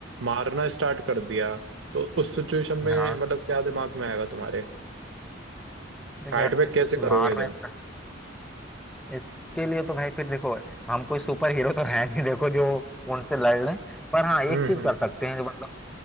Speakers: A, on the right; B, in the centre.
A: मारना स्टार्ट कर दिया तो उस सिचुएशन में
B: हाँ
A: मतलब क्या दिमाग में आएगा तुम्हारे
B: देखो
A: फाइट
B: यार
A: बैक कैसे करोगे
B: मारना
A: तुम
B: इसका इसके लिए तो भाई फिर देखो हम कोई सुपर हीरो तो है नहीं देखो जो उनसे लड़ लें पर हाँ एक
A: हम्म
B: चीज
A: हम्म
B: कर सकते हैं जो मतलब